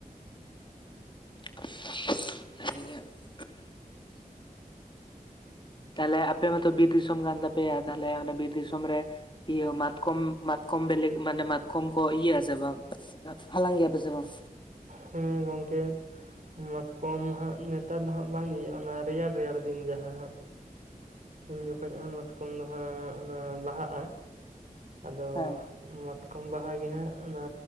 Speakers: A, on the left (about 30°); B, on the right (about 60°).
A: <unintelligible> ᱛᱟᱦᱚᱞᱮ ᱟᱯᱮ ᱢᱟᱛᱚ ᱵᱤᱨ ᱫᱤᱥᱚᱢ ᱠᱟᱱ ᱛᱟᱯᱮᱭᱟ ᱛᱟᱦᱚᱞᱮ ᱚᱱᱟ ᱵᱤᱨ ᱫᱤᱥᱚᱢ ᱨᱮ ᱤᱭᱟᱹ ᱢᱟᱛᱠᱚᱢ ᱢᱟᱛᱠᱚᱢ ᱵᱮᱞᱮ ᱠᱚ ᱢᱟᱱᱮ ᱢᱟᱛᱠᱚᱢ ᱠᱚ ᱤᱭᱟᱹ ᱥᱮ ᱵᱟᱝ ᱦᱟᱞᱟᱝ ᱜᱮᱭᱟ ᱯᱮ ᱥᱮ ᱵᱟᱝ
B: ᱦᱮᱸ ᱜᱚᱝᱠᱮ ᱢᱟᱛᱠᱚᱢ ᱦᱟᱸᱜ ᱱᱮᱛᱟᱨ ᱫᱚ ᱦᱟᱸᱜ ᱵᱟᱝ ᱤᱭᱟᱹᱜᱼᱟ ᱚᱱᱟ ᱨᱮᱭᱟᱲ ᱨᱮᱭᱟᱲ ᱫᱤᱱ ᱡᱟᱦᱟᱸ ᱦᱟᱸᱜ ᱩᱱ ᱡᱚᱠᱷᱚᱡ ᱟᱭ ᱢᱟᱛᱠᱚᱢ ᱫᱚ ᱦᱟᱸᱜ ᱚᱱᱟ ᱵᱟᱦᱟᱜ-ᱟ ᱟᱫᱚ
A: ᱦᱮᱸ
B: ᱢᱟᱛᱠᱚᱢ ᱵᱟᱦᱟ ᱜᱮ ᱦᱟᱸᱜ ᱚᱱᱟ